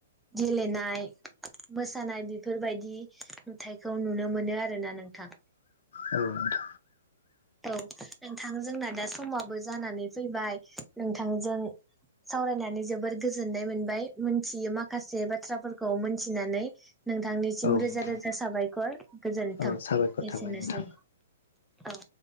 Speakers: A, in the centre; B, on the left.
A: गेलेनाय मोसानाय बेफोरबायदि नुथाइखौ नुनो मोनो आरोोना नोंथां
B: औ
A: औ नोंथां जोंना दा समाबो जानानै फैबाय नोंथांजों सावरायनानै जोबोर गोजोननाय मोनबाय मोनथियि माखासे बाथ्राफोरखौ मोनथिनानै नोंथांनिसिम
B: औ
A: रोजा
B: नोंथां
A: रोजा साबायखर गोजोन्थों
B: औ साबायखर
A: एसेनोसै
B: थाबाय नोंथां
A: औ